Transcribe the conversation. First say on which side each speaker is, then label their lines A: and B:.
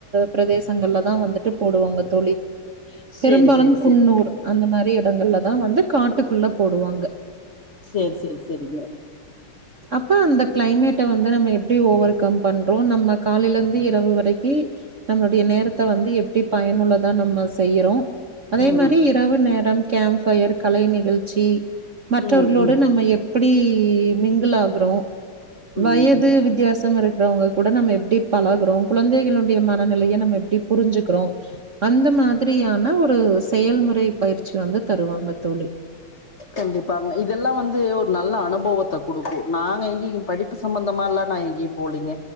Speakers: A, on the right (about 50°); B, on the left (about 40°).
A: பிரதேசங்கள்ல தான் வந்துட்டு போடுவாங்க தோழி
B: செரி
A: பெரும்பாலும்
B: செரி
A: குன்னூர்
B: செரி
A: அந்த மாதிரி இடங்கள்லதான் வந்து காட்டுக்குள்ள போடுவாங்க
B: சரி சரி சரிங்க
A: அப்ப அந்த கிளைமேட்டை வந்து நம்ம எப்படி ஓவ கம் பண்றோம் நம்ம காலில இருந்து இரவு வரைக்கும் நம்மளுடைய நேரத்தை வந்து எப்படி பயனுள்ளதா நம்ம செய்யறோம் அதே
B: ம்
A: மாதிரி
B: ம்
A: இரவு நேரம் கேம் பயர் கலை நிகழ்ச்சி மற்றவர்களோட
B: ம் ம்
A: நம்ம எப்படி மிங்கிள் ஆகுறோம்
B: ம்
A: வயது
B: ம்
A: வித்தியாசம் இருக்கு ங்க கூட நம்ம எப்படி பழகுகறோம் குழந்தைகளுடைய மனநிலையை நம்ம எப்படி புரிஞ்சுக்கிறோம் அந்த மாதிரியான ஒரு செயல்முறை பயிற்சி வந்து தருவாங்க தோழி
B: கண்டிப்பாங்க இதெல்லாம் வந்து ஒரு நல்ல அனுபவத்தை கொடுக்கும் நாங்க எங்கய படிப்பு சம்பந்தமா எல்லாம் நான் எங்கயும் போலீங்க